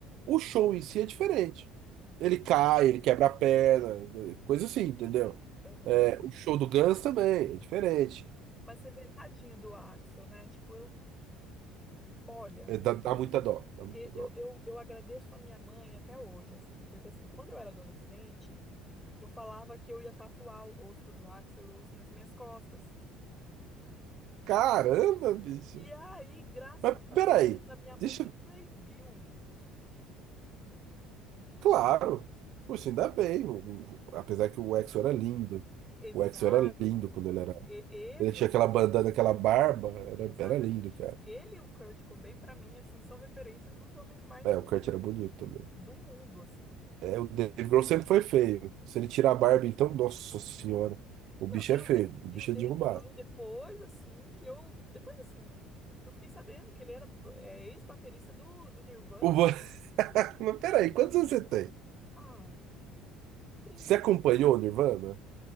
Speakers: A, on the right; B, in the centre.
A: o show em si é diferente. Ele cai, ele quebra a perna, coisa assim, entendeu?
B: aham.
A: É, o show do Guns também, é diferente.
B: Mas você vê, tadinho do Axel, né? Tipo, eu. Olha,
A: É, dá, dá
B: minha-
A: muita dó, dá muita
B: e-
A: dó.
B: eu, eu, eu agradeço a minha mãe até hoje, assim, porque assim, quando eu era adolescente, eu falava que eu ia tatuar o rosto do Axl Rose nas minhas costas.
A: Caramba, bicho.
B: E aí, graças
A: Mas
B: a
A: peraí,
B: Deus, a minha mãe
A: deixa.
B: me
A: eu-
B: proibiu.
A: Claro. Poxa, ainda bem. o- o- apesar que o EXO era lindo.
B: E- Exato.
A: O EXO era lindo quando ele era.
B: E- Ele,
A: Ele tinha
B: e o,
A: aquela bandana, aquela barba. Era,
B: exatamente.
A: era lindo, cara.
B: Ele e o Kurt Cobain, para mim, assim, são referências dos homens mais
A: É,
B: lindos
A: o Kurt era bonito também.
B: do mundo, assim.
A: É, o Dave Grohl sempre foi feio. Se ele tirar a barba, então, nossa senhora. O
B: Não,
A: bicho
B: e
A: é
B: o,
A: feio.
B: Da-
A: O
B: e
A: bicho
B: o Dave
A: é derrubado.
B: Grohl depois, assim, que eu. Depois, assim, que eu fiquei sabendo que ele era é, ex-baterista do, do Nirvana.
A: O... Bo- <laughs> Mas peraí, quantos anos você tem?
B: Ah, trim.
A: Você acompanhou o Nirvana?